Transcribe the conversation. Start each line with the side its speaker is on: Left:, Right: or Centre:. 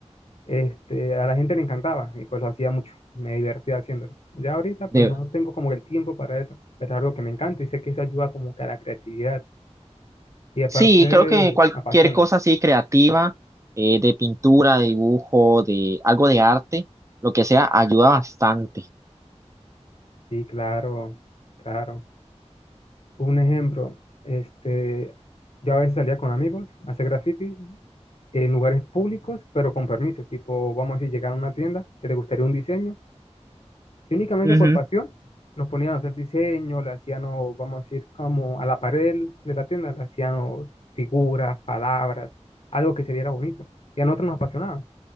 Left: este, a la gente le encantaba y pues lo hacía mucho. Me divertía haciéndolo. Ya ahorita
Right: de,
Left: pues no tengo como el tiempo para eso, pero es algo que me encanta y sé que eso ayuda como que a la creatividad y aparte
Right: sí, creo que cualquier
Left: apasiona.
Right: cosa así creativa, eh, de pintura, de dibujo, de algo de arte, lo que sea, ayuda bastante.
Left: Sí, claro, claro. Un ejemplo, este, yo a veces salía con amigos a hacer graffiti en lugares públicos, pero con permisos. Tipo, vamos a decir, llegar a una tienda que le gustaría un diseño y únicamente
Right: Ujú.
Left: por pasión nos ponían a hacer diseño, le hacíamos, vamos a decir, como a la pared de la tienda, le hacíamos figuras, palabras, algo que se viera bonito. Y a nosotros nos apasionaba,